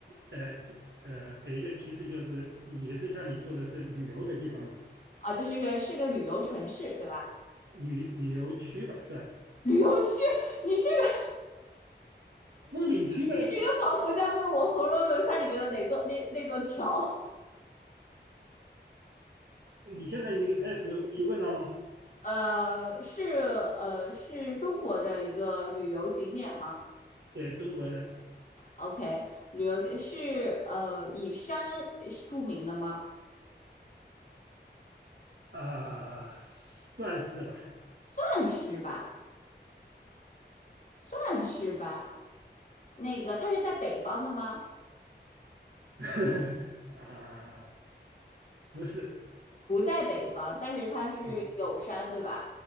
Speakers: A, on the right; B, on the left.
A: 呃呃给一个提示，就是也是像你说的是旅游的地方嘛，
B: 啊，就是个是个旅游城市，对吧？
A: 旅旅游区吧算，
B: 旅游区，你这个
A: 风景区呗。
B: 你这个仿佛在问我《佛罗伦萨》里面的哪座那那座桥？
A: 你现在已经开始提问了吗？
B: 呃，是呃是中国的一个旅游景点吗
A: 对，中国的
B: ？OK，旅游景是呃以山著名的吗？
A: 啊、算是吧，
B: 算是吧，算是吧。那个它是在北方的吗？
A: <laughs> 啊、不是，
B: 不在北方，但是它是有山，
A: 对
B: 对吧？